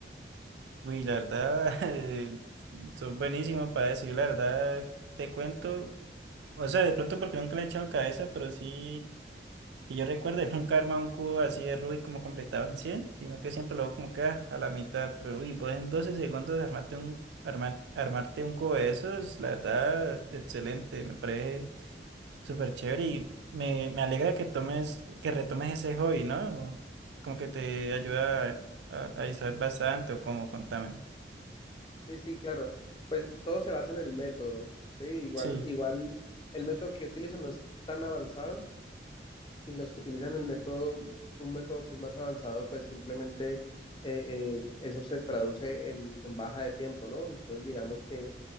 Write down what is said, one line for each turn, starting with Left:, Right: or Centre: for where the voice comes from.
Right: Uy, la verdad, <laughs> eh, son buenísimos para eso. Yo la verdad te cuento, o sea, de pronto porque nunca le he echado cabeza, pero sí. Que yo recuerde, nunca arma un cubo así de Rubik como completado en 100 sino que siempre lo hago como que ah, a la mitad. Pero uy, vos en 12 segundos armarte un, armar, armarte un cubo de esos, la verdad, excelente. Me parece súper chévere y me, me alegra que tomes, que retomes ese hobby, ¿no? Como que te ayuda a, a distraer bastante o como, contame.
Left: Sí, sí, claro. Pues todo se basa en el método, ¿sí? Igual,
Right: Sí,
Left: igual el método que yo utilizo no es tan avanzado y los que utilizan el método, un método que es más avanzado, pues simplemente eh, eh, eso se traduce en, en baja de tiempo, ¿no? Entonces, digamos que